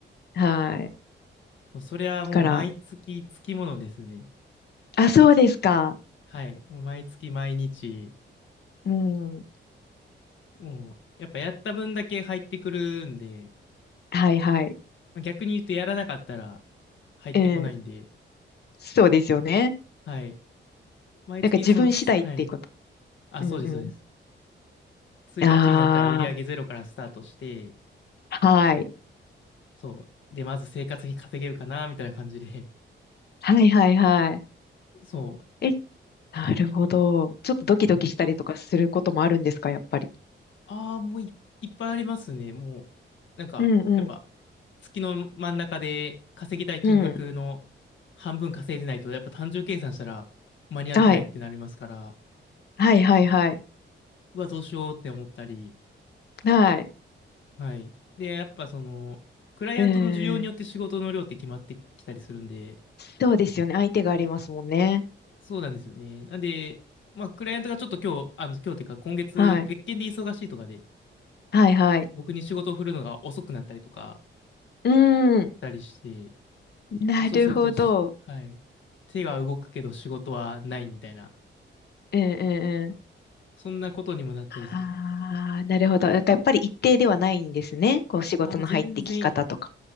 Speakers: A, on the left (about 55°); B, on the left (about 75°).
A: はい。
B: もうそれはもう毎月つきものですね。
A: だから、あ、そうですか。
B: はい。もう毎月毎日、
A: うん。
B: もうやっぱやった分だけ入ってくるんで、
A: はいはい。
B: まあ逆に言うとやらなかったら入ってこないんで、
A: うん。そうですよね。
B: はい。毎月そのつ、
A: なんか自分次第っていうこと。
B: はい。あ、
A: うんうん。
B: そうです、そうです。1日になったら売り上げゼロからスタートして、
A: ああ、はい。
B: そう。で、まず生活費稼げるかな、みたいな感じで、
A: はいはいはい。
B: そ
A: え、なるほど。ちょっとドキドキしたりとかすることもあるんですか、
B: う。うん
A: やっぱり。
B: ああ、もうい、いっぱいありますね。もう、なんか、
A: うんうん。
B: やっぱ、月の真ん中で稼ぎたい金額の
A: うん。
B: 半分稼いでないと、やっぱ単純計算したら間に合ってないってなりますから、
A: はい。はいはいはい。
B: うわ、どうしようって思ったり、
A: はい。
B: はい。で、やっぱその、クライアントの需要によって仕事の量って決まってきたりするんで、
A: うん。そうですよね。相手がありますもんね。
B: そうなんですよね。なんで、まあ、クライアントがちょっと今日、あの、今日っていうか今月、
A: はい。
B: 別件で忙しいとかで、
A: はいはい。
B: 僕に仕事を振るのが遅くなったりとか
A: うん。
B: したりして、
A: なるほど。
B: そうするとし、はい。手が動くけど仕事はないみたいな。
A: うんうんうん。
B: そんなことにもなったりする。
A: ああ、なるほど。だからやっぱり一定ではないんですね。こう仕事の入ってき方とか。
B: ああ、もう全然